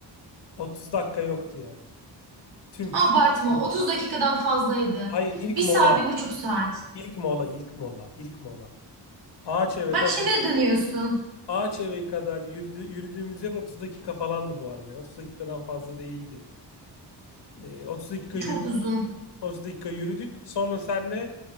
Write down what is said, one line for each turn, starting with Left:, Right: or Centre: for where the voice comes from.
Left: 30 dakika yoktu yani. Tüm
Right: abartma
Left: tüm. yürüdüğümüz
Right: 30
Left: yol.
Right: dakikadan fazlaydı.
Left: Hayır ilk
Right: Bir saat
Left: mola.
Right: bir buçuk saat.
Left: ilk mola, ilk mola, ilk mola. Ağaç eve
Right: Bak
Left: kadar
Right: şimdi de dönüyorsun.
Left: Ağaç eve kadar yürüdü, yürüdüğümüz yer 30 dakika falandı bu arada. Yani 30 dakikadan fazla değildi. Ee, 30 dakika yürüdük,
Right: Çok uzun.
Left: 30 dakika yürüdük. Sonra senle